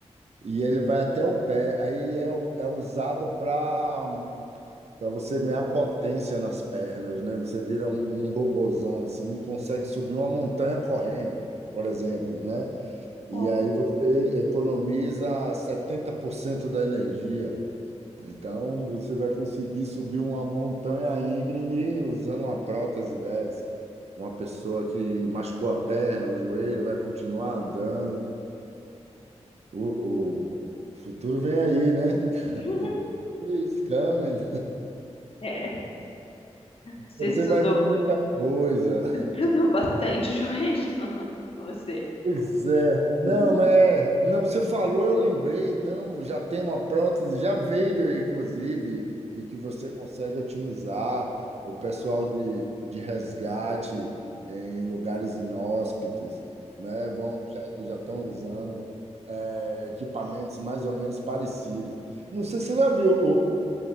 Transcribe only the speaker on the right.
e ele vai até o pé. Aí é, é usado para para você ganhar potência nas pernas, né? Você vira um, um robozão assim e consegue subir uma montanha correndo, por exemplo, né? E
aí você economiza 70% da energia. Então você vai conseguir subir uma montanha íngreme usando uma prótese dessa. Uma pessoa que machucou a perna, o joelho, vai continuar andando. O, o futuro vem aí, né? <laughs>
The future is coming.
Você
vai ver muita coisa.
Pois é. Não,
mas é, não, você falou, eu lembrei, não, já tem uma prótese, já vende, inclusive, e que você consegue otimizar o pessoal de, de resgate eh, em lugares inóspitos, né? Bom, já, já estão usando é, equipamentos mais ou menos parecidos. Não sei se você já viu